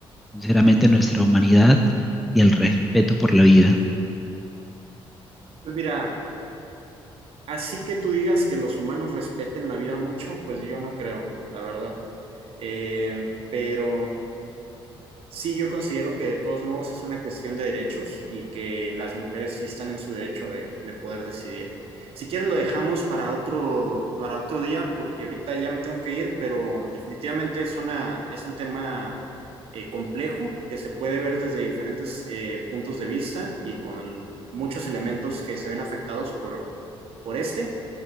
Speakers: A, in the centre; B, on the right.
A: sinceramente, nuestra humanidad y el respeto por la vida.
B: Pues mira, así que tú digas que los humanos respeten la vida mucho, pues yo no creo, la verdad. Eh, pero Sí, yo considero que de todos modos es una cuestión de derechos y que las mujeres sí están en su derecho de, de poder decidir. Si quieres lo dejamos para otro, para otro día porque ahorita ya me tengo que ir, pero definitivamente es una, es un tema eh, complejo que se puede ver desde diferentes eh, puntos de vista y con muchos elementos que se ven afectados por, por este.